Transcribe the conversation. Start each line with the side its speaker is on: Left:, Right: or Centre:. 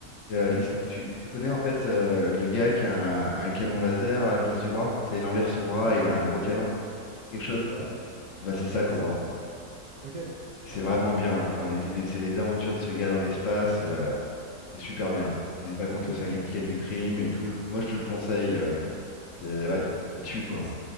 Left: Euh, l'his-
Right: OK.
Left: tu, tu connais en fait euh, le gars qui a un, un canon laser à la place du bras? Tu sais, il enlève son bras
Right: Ouais.
Left: et il a un gros canon. C'est Quelque chose?
Right: Ouais.
Left: Eh ben, c'est ça,
Right: Ouais, ouais,
Left: Cobra.
Right: ça me dit quoi. OK.
Left: Et C'est vraiment bien. hein. Enfin, mais c'est des- c'est les aventures de ce gars dans l'espace et euh, c'est super bien. Il se bat contre le
Right: OK.
Left: syndicat du crime et tout. Moi, je te le conseille. euh, c'est- ouais,
Right: Parce,
Left: ça tue quoi.
Right: parce-